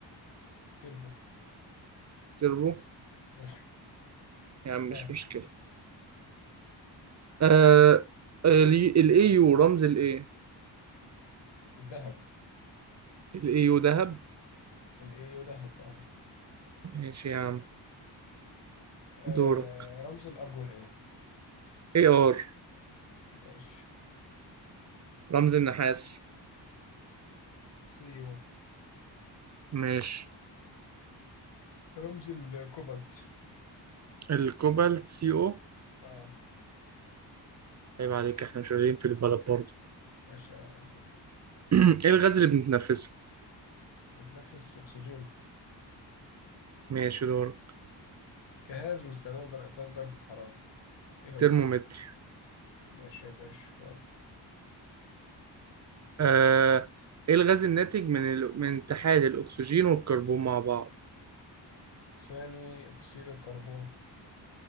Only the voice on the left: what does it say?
تربو
<laughs>
آه
الذهب
الإيو ذهب آه.
آه
رمز الأرجون إيه؟
ماشي
سي يو
رمز الكوبالت
اه
ماشي يا صديقي
بتنفس أكسجين
جهاز بنستخدمه لدرجة قياس درجة الحرارة إيه هو؟
ماشي يا باشا يلا
ثاني أكسيد الكربون